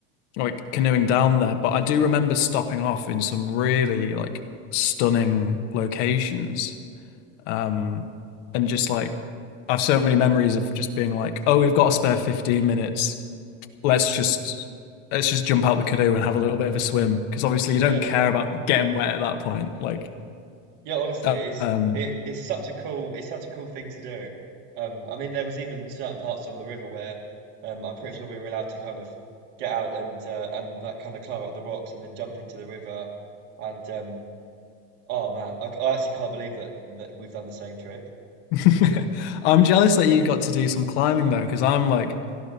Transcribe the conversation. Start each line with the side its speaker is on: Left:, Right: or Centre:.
Left: like canoeing down there. But I do remember stopping off in some really like stunning locations. Um, and just like I have so many memories of just being like, oh, we've got a spare 15 minutes let's just let's just jump out the canoe and have a little bit of a swim because obviously you
Right: yeah
Left: don't care about getting wet at that point. Like,
Right: yeah honestly
Left: uh,
Right: it's
Left: um,
Right: it, it's such a cool it's such a cool thing to do um I mean there was even certain parts on the river where um I'm pretty sure we were allowed to kind of get out and uh and like kind of climb up the rocks and then jump into the river and um Oh man, I, c- I actually can't believe that that we've done the same trip.
Left: <laughs> I'm jealous that you got to do some climbing though because I'm like